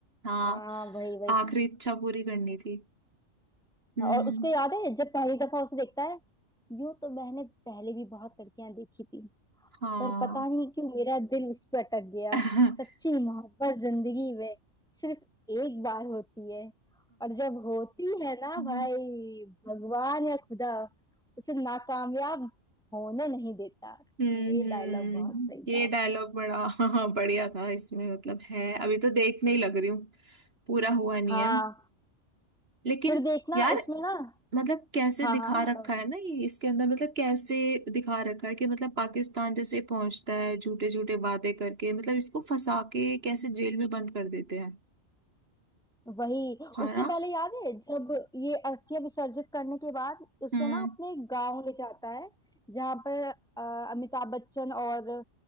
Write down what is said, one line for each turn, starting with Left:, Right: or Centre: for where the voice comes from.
Right: हाँ
Centre: हाँ वही वही
Right: आखिरी इच्छा पूरी करनी थी हम्म
Centre: और उसको याद है जब पहली दफा उसे देखता है यूं तो मैंने पहले भी बहुत लड़कियां देखी थी
Right: हाँ
Centre: पर पता नहीं क्यों मेरा दिल उस पर अटक गया
Right: <laughs>
Centre: सच्ची मोहब्बत जिंदगी में सिर्फ एक बार होती है और जब होती है ना
Right: हाँ
Centre: भाई भगवान या खुदा उसे नाकामयाब होने नहीं देता
Right: हम्म
Centre: ये
Right: हम्म,
Centre: डायलॉग बहुत सही था
Right: ये डायलॉग बड़ा <laughs> हाँ बढ़िया था इसमें मतलब है अभी तो देखने ही लग रही हूँ पूरा हुआ नहीं
Centre: हाँ
Right: है लेकिन
Centre: फिर देखना
Right: यार
Centre: उसमें ना
Right: मतलब कैसे
Centre: हाँ
Right: दिखा
Centre: हाँ बताओ
Right: रखा है ना ये इसके अंदर मतलब कैसे दिखा रखा है कि मतलब पाकिस्तान जैसे पहुंचता है झूठे झूठे वादे करके मतलब इसको फंसा के कैसे जेल में बंद कर देते हैं
Centre: वही
Right: है
Centre: उससे
Right: ना
Centre: पहले याद है जब ये अस्थियां विसर्जित करने के बाद उसे
Right: हम्म
Centre: ना अपने गांव ले जाता है जहां पर अ, अमिताभ बच्चन और